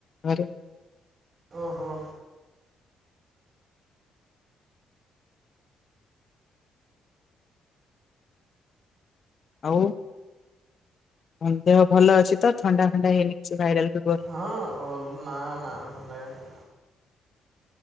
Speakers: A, on the left; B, on the right.
A: ଘରେ।
B: ଓହୋ।
A: ଆଉ? ହ ଦେହ ଭଲ ଅଛି ତ ଥଣ୍ଡା ଫଣ୍ଡା ହେଇନି କିଛି ଭାଇରାଲ ଫିବର?
B: ହଁ ଓଲ ନାଁ ନାଁ ଭଲ ଲାଗେନି।